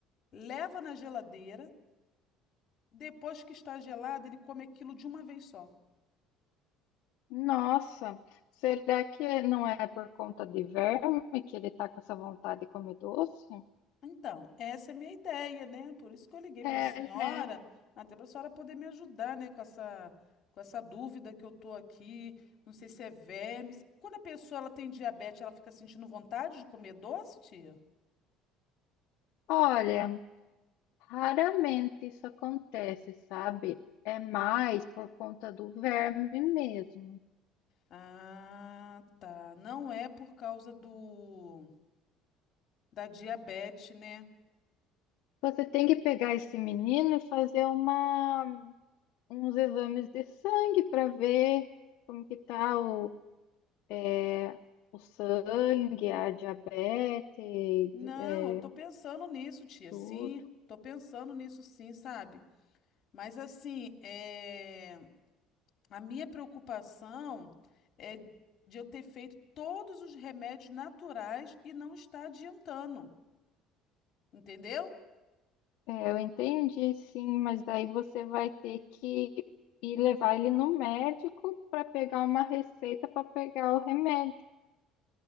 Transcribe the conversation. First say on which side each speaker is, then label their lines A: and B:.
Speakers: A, on the left (about 50°); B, on the left (about 70°).
A: leva na geladeira. Depois que está gelado, ele come aquilo de uma vez só.
B: Nossa. Será que não é por conta de verme que ele tá com essa vontade de comer doce?
A: Então, essa é a minha ideia, né? Por isso que eu liguei
B: É,
A: para a senhora,
B: né?
A: até para a senhora poder me ajudar, né, com essa, com essa dúvida que eu tô aqui. Não sei se é verme. se- Quando a pessoa ela tem diabetes, ela fica sentindo vontade de comer doce, tia?
B: Olha, raramente isso acontece, sabe? É mais por conta do verme mesmo.
A: Ah, tá. Não é por causa do da diabetes, né?
B: Você tem que pegar esse menino e fazer uma uns exames de sangue para ver como que tá o, é, o sangue, a diabetes,
A: Não,
B: é,
A: eu tô pensando nisso, tia.
B: tudo.
A: Sim, tô pensando nisso, sim, sabe? Mas assim, é. A minha preocupação é de eu ter feito todos os remédios naturais e não estar adiantando, entendeu?
B: É, eu entendi, sim, mas daí você vai ter que ir levar ele no médico para pegar uma receita para pegar o remédio.